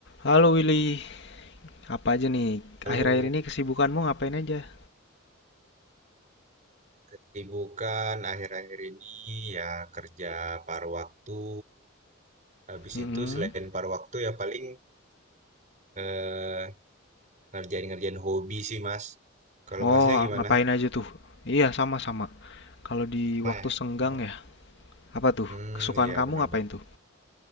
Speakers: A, on the left; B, on the right.
A: Halo Willy, apa aja nih?
B: Lalu
A: Akhir-akhir ini kesibukanmu ngapain aja?
B: kesibukan akhir-akhir ini ya kerja paruh waktu. Habis
A: Mm-mm.
B: itu selain paruh waktu ya paling eh, ngerjain-ngerjain hobi sih, Mas. Kalau
A: Oh,
B: Masnya
A: ah,
B: gimana?
A: ngapain aja tuh? Iya, sama-sama. Kalau di
B: Maya.
A: waktu senggang
B: Oh,
A: ya, apa tuh?
B: Hmm,
A: Kesukaan
B: iya
A: kamu
B: benar-benar.
A: ngapain tuh?